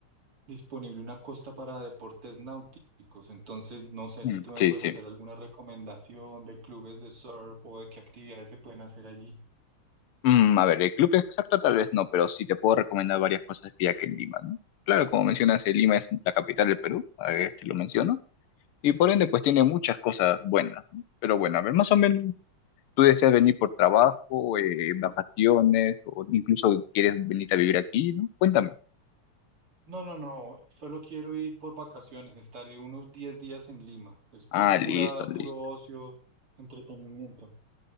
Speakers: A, on the right; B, on the left.
A: disponible una costa para deportes náuticos. Entonces, no sé
B: Mm,
A: si tú me
B: sí,
A: puedes
B: sí.
A: hacer alguna recomendación de clubes de surf o de qué actividades se pueden hacer allí.
B: Mm, a ver, el club exacto tal vez no, pero sí te puedo recomendar varias cosas que hay aquí en Lima, ¿no? Claro, como mencionas, eh, Lima es la capital del Perú, a ver, te lo menciono, y por ende pues tiene muchas cosas buenas, ¿no? Pero bueno, a ver, más o menos tú deseas venir por trabajo, eh, vacaciones, o incluso quieres venir a vivir aquí, ¿no? Cuéntame.
A: No, no, no, solo quiero ir por vacaciones, estaré unos 10 días en Lima, es por
B: Ah,
A: pura,
B: listo, listo.
A: puro ocio, entretenimiento.